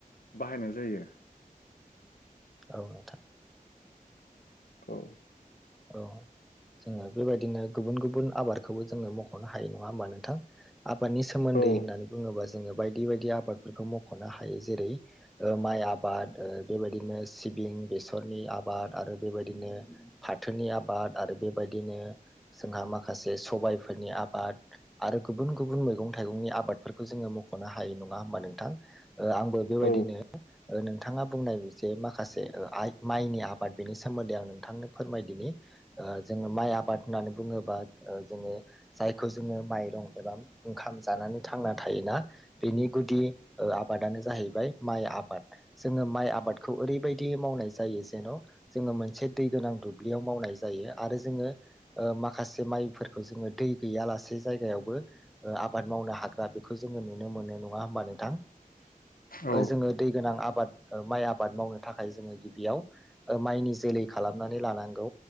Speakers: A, on the left; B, in the centre.
A: बाहायनाय जायो।
B: औ नोंथां।
A: औ
B: औ जोङो बेबायदिनो गुबुन गुबुन आबादखौबो जोङो मख'नो हायो नङा होमबा नोंथां? आबादनि सोमोन्दै
A: औ
B: होननानै बुङोबा जोङो बायदि बायदि आबादफोरखौ मख'नो हायो जेरै ओ माइ आबाद बेबायदिनो सिबिं बेसरनि आबाद आरो बेबायदिनो फाथोनि आबाद आरो बेबायदिनो जोंहा माखासे सबाइफोरनि आबाद आरो गुबुन गुबुन मैगं थाइगंनि आबादफोरखौ जोङो मख'नो हायो नङा होमबा नोंथां? ओ आंबो बेबायदिनो
A: औ
B: ओ नोंथाङा बुंनाय जे माखासे आइ माइनि आबाद बेनि सोमोन्दै आं नोंथांनो फोरमायदिनि ओ जोङो माइ आबाद होननानै बुङोबा ओ जोङो जायखौ जोङो माइरं एबा ओंखाम जानानै थांना थायोना। बेनि गुदि ओ आबादानो जाहै माइ आबाद जोङो माइ आबादखौ ओरैबायदि मावनाय जायो जेन' जोङो मोनसे दै गोनां दुब्लियाव मावनाय जायो आरो जोङो ओ माखासे माइफोर खौ जोङो दै गैयालासे जायगायावबो ओ आबाद मावनो हाग्रा बेखौ जोङो नुनो मोनो नङा होमबा नोंथां
A: औ
B: ओ जोङो दै गोनां आबाद ओ माइ आबाद मावनो थाखाय जोङो गिबियाव ओ माइनि जोलै खालामनानै नानै लानांगौ